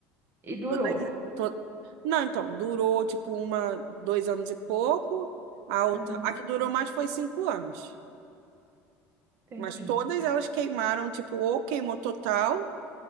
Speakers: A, on the right; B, on the right.
A: E durou.
B: Todas- to- Não, então, durou tipo uma, dois anos e pouco, a outra,
A: Aham,
B: a que durou mais foi cinco anos,
A: entendi.
B: mas todas elas queimaram, tipo, ou queimou total.